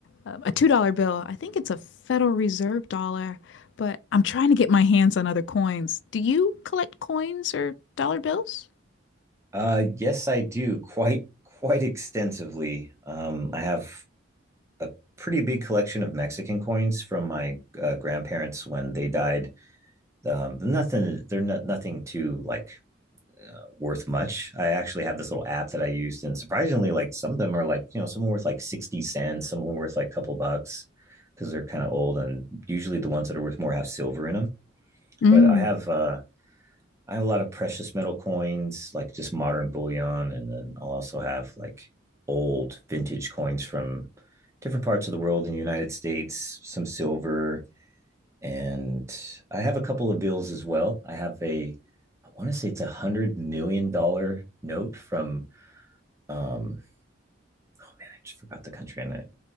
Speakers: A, on the left; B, on the right.
A: uh, a two dollar bill. I think it's a Federal Reserve dollar, but I'm trying to get my hands on other coins. Do you collect coins or dollar bills?
B: Uh, yes, I do quite quite extensively. Um, I have a pretty big collection of Mexican coins from my uh, grandparents when they died. Um, nothing, they're not nothing too like uh, worth much. I actually have this little app that I used, and surprisingly, like some of them are like you know some are worth like sixty cents, some are worth like a couple bucks because they're kind of old, and usually the ones that are worth more have silver in them.
A: Mm.
B: But I have uh, I have a lot of precious metal coins, like just modern bullion, and then I'll also have like old vintage coins from different parts of the world in the United States, some silver, and I have a couple of bills as well. I have a I want to say it's a hundred million dollar note from um oh man, I just forgot the country and it